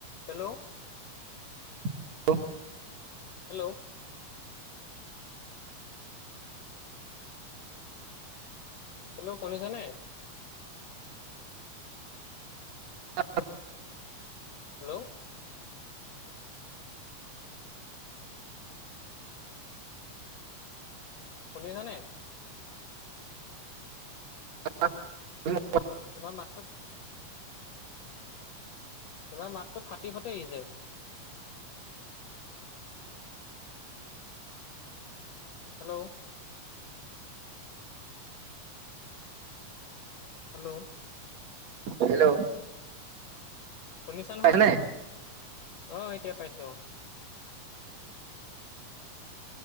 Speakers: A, on the left; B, on the right.
A: Hello.
B: <unintelligible>
A: Hello. Hello শুনিছা নে?
B: অ।
A: হেল্ল'। শুনিছানে?
B: <unintelligible>
A: তোমাৰ মাতটো তোমাৰ মাতটো ফাটি ফাটি আহিছে। হেল্ল'। হেল্ল'।
B: হেল্ল'।
A: শুনিছা নহয়?
B: পাইছানে?
A: অ', এতিয়া পাইছো অ'।